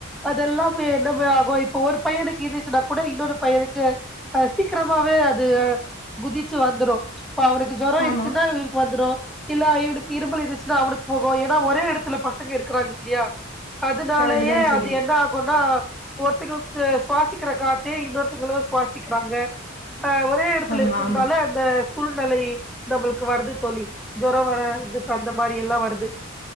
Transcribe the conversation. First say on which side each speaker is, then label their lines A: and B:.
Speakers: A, in the centre; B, on the left (about 40°).
A: அதெல்லா என்னமா ஆகு இப்ப ஒரு பையனுக்கு இருந்துச்சுன்னா கூட இன்னொரு பையனுக்கு அ சீக்கிரமாவே அது குதிச்சு வந்துரு இப்ப அவனுக்கு ஜொரோ
B: ஆமா
A: இருக்குன்னா இவனுக்கு வந்துடு இல்ல இவனுக்கு இரும்பல் இருந்துச்சுன்னா அவனுக்கு போகு ஏனா ஒரே இடத்துல பசங்க இருக்குறாங்க இல்லயா அதுனாலயே
B: கரெக்ட் தா தோழி
A: அது என்ன ஆகுனா ஒருத்தங்களுக்கு சுவாசிக்குற காத் தே இன்னொருத்தங்களு சுவாசிக்கிறாங்க இப்ப ஒரே எடத்துல
B: ஆமா
A: இருக்குறதுனால
B: ஆமா
A: அந்த சூழ்நிலை நம்மளுக்கு வருது தோழி ஜொர வர இது இப்ப அந்த மாரியெல்லா வருது